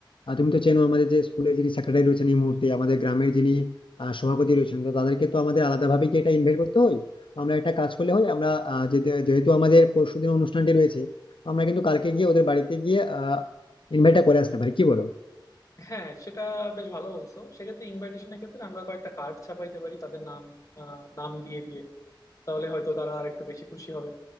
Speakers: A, on the left; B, on the left.
A: আহ, তুমি তো চেনো আমাদের যে স্কুলের যিনি সেক্রেটারি রয়েছেন এই মুহূর্তে আমাদের গ্রামের যিনি আহ, সভাপতি রয়েছেন তো তাদেরকে তো আমাদের আলাদাভাবে কি এটা ইনভাইট করতে হয় আমরা একটা কাজ করলে হয় আমরা আহ, যেতে- যেহেতু আমাদের পরশুদিন অনুষ্ঠানটি রয়েছে আমরা কিন্তু কালকে গিয়ে ওদের বাড়িতে গিয়ে আহ ইনভাইটটা করে আসতে পারি কি বলো
B: হ্যাঁ সেটা বেশ ভালো বলছো সেক্ষেত্রে ইনভাইটেশনের ক্ষেত্রে আমরা কয়েকটা কার্ড ছাপাইতে পারি তাদের নাম আহ, নাম দিয়ে দিয়ে তাহলে হয়তো তারা আর একটু বেশি খুশি হবে